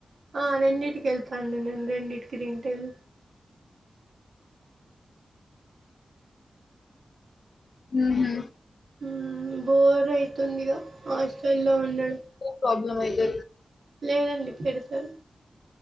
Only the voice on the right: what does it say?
ఆ రెండింటికేళ్తాండి నేను రెండింటికి తింటేళ్
మ్ బోర్ అయితుంది ఇగ హాస్టల్ లో ఉండడం
లేదండి పెడతర్